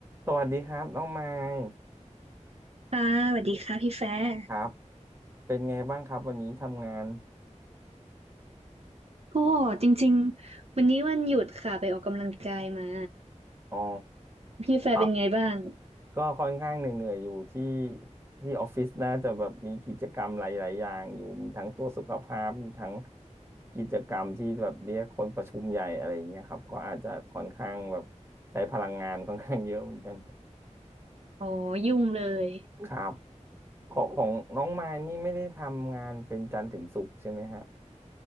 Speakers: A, on the right; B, on the right.
A: สวัสดีครับน้องไมค์
B: ค่ะสวัสดีค่ะพี่แฟร์
A: ครับเป็นไงบ้างครับวันนี้ทำงาน
B: โอ้จริงๆวันนี้วันหยุดค่ะไปออกกำลังกายมา
A: อ๋อ
B: พี่แฟร์เป็นไงบ้าง
A: ออก็ค่อนข้างเหนื่อยๆอยู่ที่ที่ออฟฟิศน่าจะแบบมีกิจกรรมหลายๆอย่างอยู่มีทั้งตัวจสุขภาพมีทั้งกิจกรรมที่แบบเรียกคนประชุมใหญ่อะไรอย่างเงี้ยครับก็อาจจะค่อนข้างแบบใช้พลังงาน <laughs> ค่อนข้างเยอะเหมือนกัน
B: อ๋อยุ่งเลย
A: ครับของของน้องไมค์นี่ไม่ได้ทำงานเป็นจันทร์ถึงศุกร์ใช่ไหมฮะ